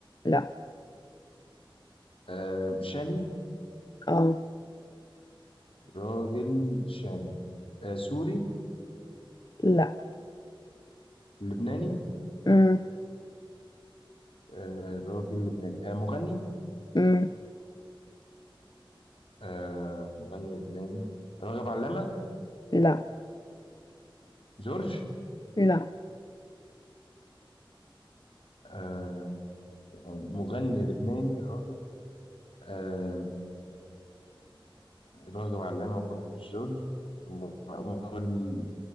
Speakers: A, on the left; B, on the left.
A: لا
B: آه، شامي
A: اه
B: راجل شامي آه، سوري
A: لا
B: لبناني
A: امم
B: آه، راجل لبناني آه، مغني
A: امم
B: آه، مغني لبناني راغب علامة
A: لا
B: جورج
A: لا
B: آه، يعني مغني لبناني راجل آه، راغب علامة وكلها مش جورج م- م-